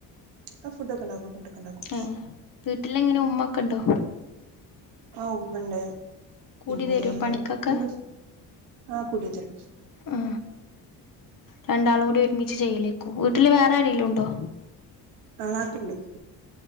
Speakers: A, on the right; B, on the left.
A: ആ ഫുഡൊക്കെ ഉണ്ടാക്കും ഫുഡൊക്കെ ഉണ്ടാക്കും
B: ആ വീട്ടില എങ്ങനെ ഉമ്മൊക്കെ ഉണ്ടോ
A: ആ ഉവുണ്ട്
B: കൂടി
A: പിന്നെ
B: തരോ പണിക്കൊക്കെ
A: ഉ ആഹ കുടിയതരു
B: ഉ രണ്ടാളും കൂടി ഒരുമിച്ച് ചെയ്യലേക്കു വീട്ടില് വേറെ ആരെങ്കിലും ഉണ്ടോ
A: കാട്ടുണ്ട്